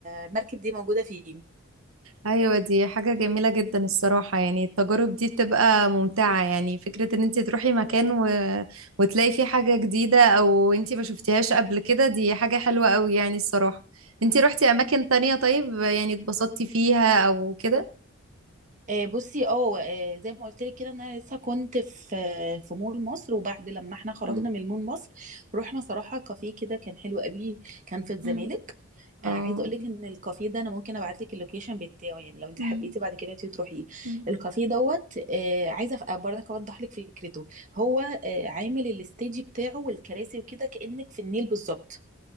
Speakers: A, on the right; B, on the right.
A: المركب دي موجوده فيه
B: ايوه دي حاجة جميلة جدا الصراحة يعني التجارب دي بتبقى ممتعة يعني فكرة ان انت تروحي مكان و... وتلاقي فيه حاجة جديدة او انت ما شفتيهاش قبل كده دي حاجة حلوة قوي يعني الصراحة انت روحتي اماكن تانية طيب يعني اتبسطتي فيها او كده
A: آه، بصي اه آه، زي ما قلت لك كده إن انا لسه كنت في في مول مصر وبعد لما احنا خرجنا
B: مم.
A: من مول مصر رحنا صراحه كافيه كده كان حلو قوي كان في الزمالك
B: مم. اه
A: آه، عايزه اقول لك ان الكافيه ده انا ممكن ابعت لك اللوكيشن بتاعه يعني لو انت
B: مم.
A: حبيتي بعد كده انت تروحي
B: مم.
A: الكافيه دوت آه، عايزه أف- برضك اوضح لك فكرته هو آه، عامل الستيج بتاعه والكراسي وكده كانك في النيل بالظبط